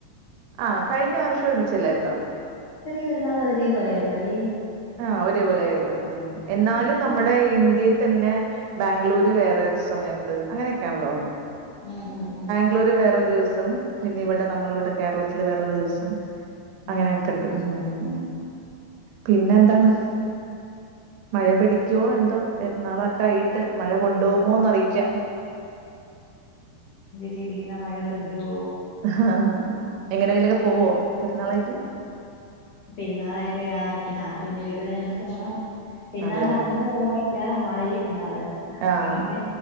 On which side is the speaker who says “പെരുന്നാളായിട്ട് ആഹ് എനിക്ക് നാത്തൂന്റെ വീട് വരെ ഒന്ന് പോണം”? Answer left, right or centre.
Left